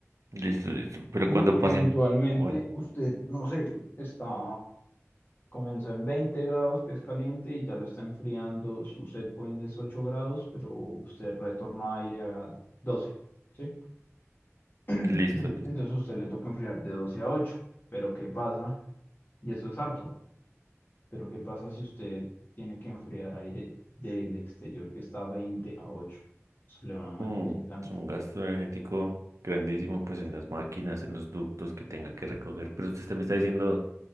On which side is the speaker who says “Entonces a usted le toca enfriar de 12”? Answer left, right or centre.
Left